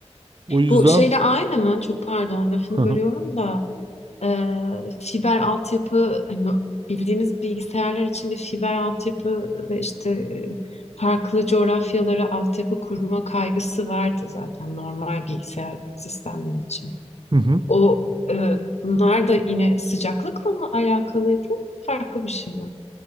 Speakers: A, on the right; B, on the left.
A: O yüzden
B: Bu şeyle aynı mı? Çok pardon, lafını
A: <laughs> Hı
B: bölüyorum da. Eee, fiber altyapı hani no- bildiğimiz bilgisayarlar için bir fiber altyapı ve işte e, farklı coğrafyalara altyapı kurma kaygısı vardı zaten normal bilgisayar sistemleri için.
A: hı.
B: O e, bunlar da yine sıcaklıkla mı alakalıydı? Farklı bir şey mi?